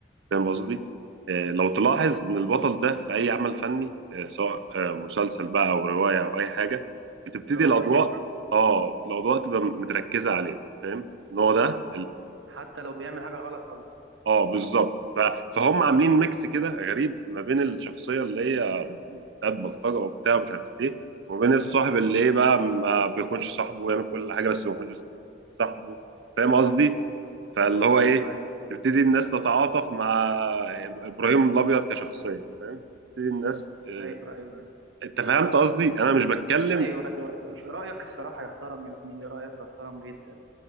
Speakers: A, on the right; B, on the right.
A: فاهم قصدي؟ آه، لو تلاحظ ان البطل ده في اي عمل فني آه، سواء آه، مسلسل بقى او روايه او اي حاجه بتبتدي
B: بيبقى محبوب
A: الاضواء اه الاضواء تبقى متركزه عليه فاهم؟ ان هو ده
B: حتى لو بيعمل حاجة غلط قصدي.
A: اه بالظبط ف- فهم عاملين ميكس كده غريب ما بين الشخصيه اللي هي بتاعت بلطجه وبتاع ومش عارف ايه وما بين الصاحب اللي ايه بقى ما بيخونش صاحبه ويعمل كل حاجه بس ما بيخونش صاحبه فاهم قصدي؟ فاللي هو
B: ايوه
A: ايه
B: ايوه
A: تبتدي الناس تتعاطف مع ابراهيم الابيض كشخصيه فاهم؟ تبتدي الناس اه،
B: ايوه ايوه ايوه
A: انت فهمت قصدي؟ انا مش بتكلم
B: ايوه ايوه ايوه رايك الصراحه يحترم يا زميلي رايك يحترم جدا